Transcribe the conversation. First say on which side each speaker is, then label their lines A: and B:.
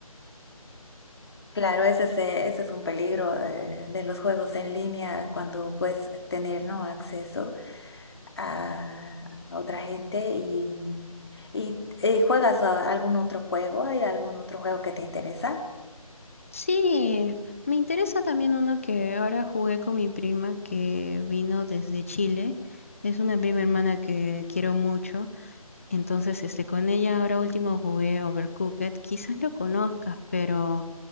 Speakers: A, on the left (about 45°); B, on the left (about 20°).
A: Claro, ese es, eh, ese es un peligro eh, de, los juegos en línea cuando puedes tener, ¿no? acceso. a otra gente y, y, eh, juegas a algún otro juego, ¿hay algún otro juego que te interesa?
B: Sí, me interesa también uno que ahora jugué con mi prima que vino desde Chile. Es una prima hermana que quiero mucho. Entonces, este, con ella ahora último jugué Overcooked. Quizás lo conozcas, pero,